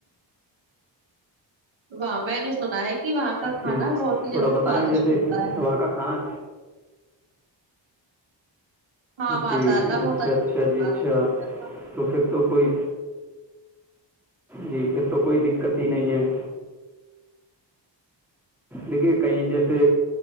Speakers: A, on the right (about 90°); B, in the centre.
A: واہ میں نے سنا ہے کہ وہاں کا کھانا
B: جی
A: بہت ہی
B: تھوڑا
A: زیادہ
B: بتائیں
A: سوادشٹ
B: جیسے
A: ہوتا ہے
B: وہاں کا کھانا
A: ہاں پانچ
B: جی
A: سال
B: اچھا
A: بتچھا
B: اچھا جی اچھا تو پھر تو کوئی جی پھر تو کوئی دقت ہی نہیں ہے دیکھیے کہیں جیسے